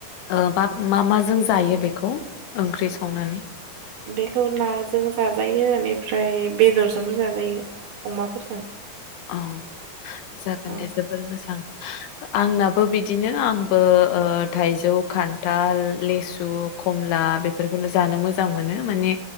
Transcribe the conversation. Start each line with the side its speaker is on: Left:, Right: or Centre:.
Left: ओ मा माजों जायो बेखौ? ओंख्रि संनानै।
Right: बेखौ नाजों जाजायो बेनिफ्राय बेदरजोंबो जाजायो अमाफोरजों।
Left: औ जागोन
Right: औ
Left: दे जोबोर मोजां। आंनाबो बिदिनो आंबो ओ थाइजौ खान्थाल लेसु खमला बेफोरखौनो जानो मोजां मोनो माने